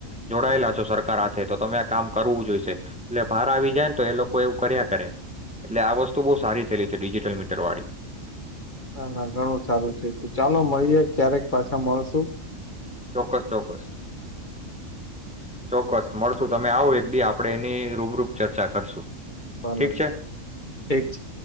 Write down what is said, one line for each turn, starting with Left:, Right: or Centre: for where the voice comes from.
Centre: જોડાયેલા છો સરકાર હાથે, તો તમે આ કામ કરવું જોઈશે. એટલે ભાર આવી જાય ને તો એ લોકો એવું કર્યા કરે, એટલે આ વસ્તુ બહુ સારી થયેલી છે ડિજિટલ મીટર વાળી.
Left: ના, ના ઘણું સારું થઈ ગયું. ચાલો મળીએે ક્યારેક પાછા મળશુ.
Centre: ચોક્કસ ચોક્કસ ચોક્કસ મળશું તમે આવો એક બી આપ આપણે એની રૂબરૂપ ચર્ચા કરશું.
Left: ભલે‌
Centre: ઠીક
Left: ઠીક
Centre: છે
Left: છે.